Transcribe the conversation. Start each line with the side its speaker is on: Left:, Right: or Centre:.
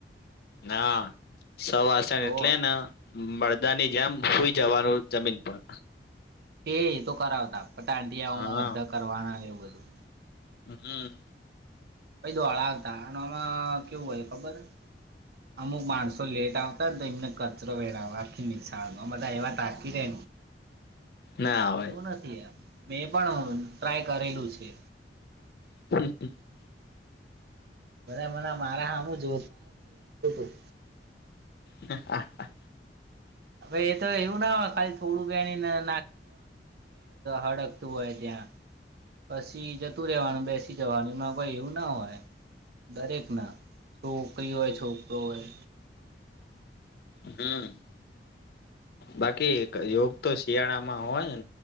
Left: ના સવાસન
Right: તો
Left: એટલે ને. મળદા ની જેમ સુઈ જવાનું જમીન પર.
Right: એ એ તો કરાવતા પણ ટાંટીયા આમાં
Left: હા
Right: અધર કરવા ના એવું બધું.
Left: હમ
Right: એ દોળાવતા આ આમાં કેવું હોય ખબર? અમુક માણસો લેટ આવતાને તો એમને કચરો વેળાવતા <unintelligible> બધા એવા તાકી રહે.
Left: ના હોય
Right: એવું નથી મેં પણ ટ્રાય કરેલું છે.
Left: <unintelligible>
Right: બધા માણા મારા હમુ જો <unintelligible>
Left: હ હા
Right: હવે એ તો એવું ના હોય ખાલી થોડું વેણીને <unintelligible> <unintelligible> હળગતું હોય ત્યાં પછી જતું રહેેવાનું બેસી. <unintelligible> જવાનીમાં કોઈ એવું ના હોય દરેક ના. છોકરી હોય છોકરો હોય.
Left: હમ બાકી યોગ તો શિયાળા માં હોય